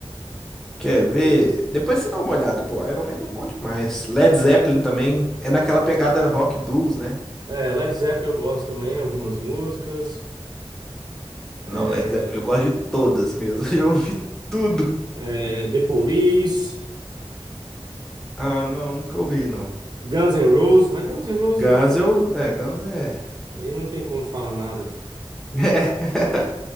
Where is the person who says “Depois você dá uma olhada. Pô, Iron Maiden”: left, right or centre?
Centre